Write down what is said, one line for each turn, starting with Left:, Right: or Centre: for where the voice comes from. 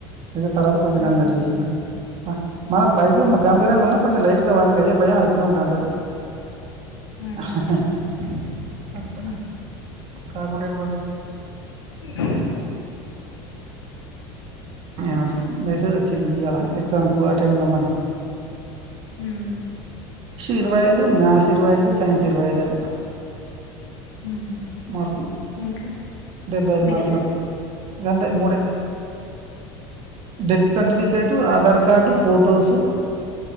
Right: అకతే తర్వాత కొంచం
Left: హ్మ్.
Right: అయినాక కట్ చేసిండు పక్క మనకు పైకి
Left: హ్మ్.
Right: గంభీరంగా ఉన్నా కొంచెం లైట్గా కదే భయం అయితనే ఉంటారు హాహా
Left: హ్మ్.
Right: ఒక
Left: హ్మ్.
Right: కాకుంటే ఎటు పోతది
Left: ఆ
Right: ఏమంటారు మెసేజ్ వచ్చింది ఇయాలా ఎక్సమ్కు అటెడ్ కమని
Left: హ్మ్
Right: ఇరువైద్ మ్యాథ్స్ ఇరవై ఐదు, సైన్స్ ఇరవై ఐదు అట.
Left: హ్మ్.
Right: మార్కులు
Left: ఇంకా
Right: డెబ్బై ఐదు
Left: మిగతా
Right: మార్కులకు గంతే మూడే death certificate Aadhaar card photos